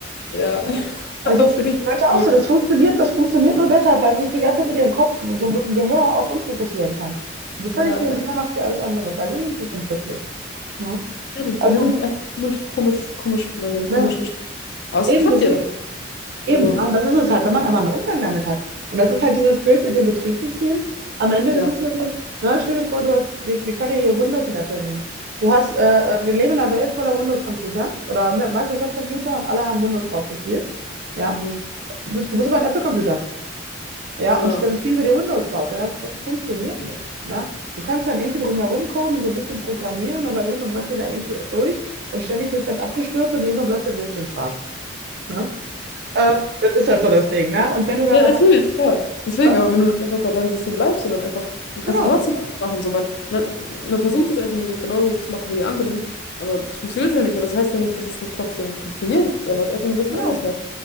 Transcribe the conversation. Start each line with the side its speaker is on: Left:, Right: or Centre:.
Left: Ja,
Right: ne?
Left: <laughs>
Right: Also,
Left: ja, finde ich
Right: ich meinte auch
Left: gut.
Right: so, das funktioniert, das funktioniert nur deshalb, weil sie sich die ganze Zeit mit ihrem Kopf, so mit dem Gehör auf uns fokussieren kann. Und so völlig
Left: Ja,
Right: nebenher
Left: ja.
Right: macht sie alles andere. Und da gelingt es dann plötzlich. Ne?
Left: Ja, das-
Right: Also,
Left: Wir sind einfach komisch, komisch, komisch programmiert,
Right: ja,
Left: komisch gestrickt. Aber es
Right: eben
Left: klappt
Right: deswegen.
Left: ja dann.
Right: Eben,
Left: Also,
Right: ne? Und das ist es halt, wenn man einmal einen Umgang damit hat. Und das ist halt dieses Bild mit dem Betriebssystem. Am Ende
Left: ja.
Right: ist es ja so, ne, stell dir vor, du hast, wir, wir können ja hier Windows und Apple nehmen. Du hast, äh, äh, wir leben in einer Welt voller Windows-Computer oder Mi- Microsoft-Computer und alle haben Windows drauf gespielt. Ja,
Left: Mhm.
Right: du bist, du bist aber ein Apple-Computer. Ja,
Left: Ja.
Right: und sp- dann spielen sie dir Windows drauf. Ja, das fu- funktioniert nicht. Ne? Du kannst dann irgendwie drumherum coden und so ein bisschen programmieren, aber irgendwann brennt dir da irgendwie was durch und ständig wird dann abgestürzt und irgendwann bleibt der Bildschirm schwarz. ne? Äh, das ist halt so das Ding, ne? Und wenn du dann
Left: Ja,
Right: aber,
Left: natürlich, ja. Deswegen,
Right: ja,
Left: aber wenn du einfach bei deinem System bleibst und dann einfach, du kannst
Right: genau,
Left: ja trotzdem alles machen. So, man, man, man versucht es einfach nur so genauso zu machen wie die anderen, aber es funktioniert ja nicht. Aber es das heißt ja nicht, dass es nicht trotzdem funktioniert, wenn man es einfach nur ein bisschen
Right: genau.
Left: anders macht.